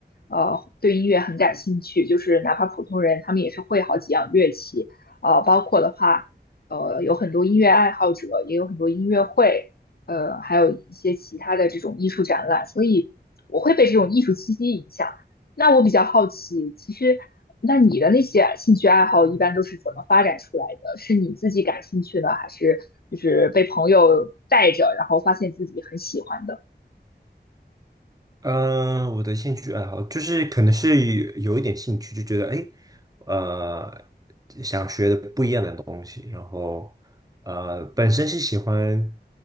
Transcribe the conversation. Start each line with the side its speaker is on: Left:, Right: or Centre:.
Left: 呃对音乐很感兴趣，就是哪怕普通人，他们也是会好几样乐器，呃，包括的话，呃有很多音乐爱好者，也有很多音乐会，呃还有一些其他的这种艺术展览，所以我会被这种艺术气息影响。那我比较好奇，其实那你的那些兴趣爱好一般都是怎么发展出来的？是你自己感兴趣的，还是就是被朋友带着，然后发现自己很喜欢的？
Right: 嗯，我的兴趣爱好就是可能是有有一点兴趣，就觉得哎，呃，想学的不一样的东西，然后呃，本身是喜欢